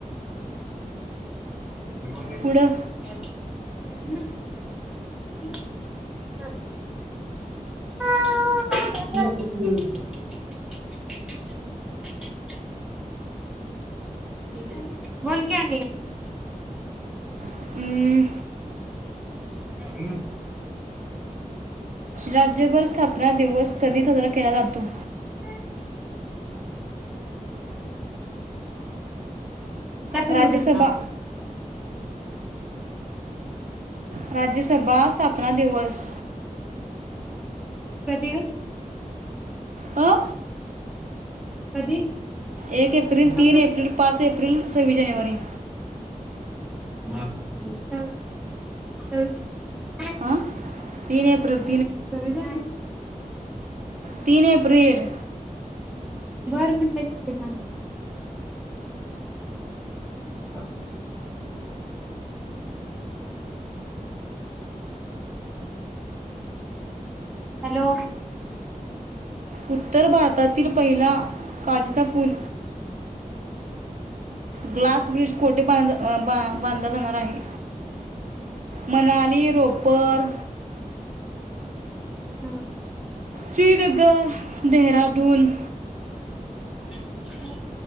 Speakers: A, in the centre; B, on the right.
A: <inaudible>
B: पुढं
A: ह. बोल क्यानी
B: अं,
A: ह ना.
B: राज्यभर स्थापना दिवस. कधी साजरा केला जातो.
A: <inaudible> तत
B: राज्यसभा
A: र उद ह.
B: राज्यसभा स्थापना दिवस.
A: कध
B: अ
A: कधी?
B: एक एप्रिल
A: चौदा
B: तीन एप्रिल पाच एप्रिल सव्वीस जानेवारी.
A: <inaudible>
B: हां तीन एप्रल.
A: सविधा
B: तीन एप्रिल.
A: बर मिनट का? हम्. हॅलो.
B: उत्तर भारतातील पहिला काजचा पूल. ग्लास ब्रिज कोटे बांध ब बांधला जाणार आहे. मनाली रोपर
A: हम्म.
B: श्रीडगर देरा <unintelligible> दोन.
A: ह <inaudible>